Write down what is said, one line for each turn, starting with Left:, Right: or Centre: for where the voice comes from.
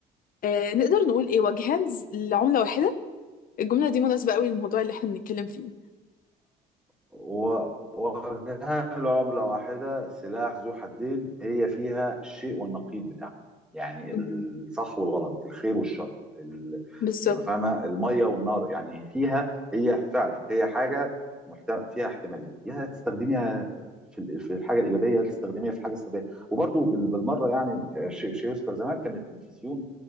Left: آه، نقدر نقول إيه وجهان ز- لعملة واحدة الجملة دي مناسبة قوي للموضوع اللي إحنا بنتكلم فيه
Centre: و- ووجهان لعملة واحدة سلاح ذو حدين هي فيها الشيء والنقيض بتاعها يعني
Left: مهم.
Centre: الصح والغلط الخير والشر ال-
Left: بالظبط
Centre: فاهمة المية والنار يعني فيها هي فعلا هي حاجة محتم... فيها احتمالية يا تستخدميها في ال- في الحاجة الإيجابية يا تستخدميها في الحاجة السلبية وبرضو بال- بالمرة يعني شيء شيء يذكر زمان كان التلفزيون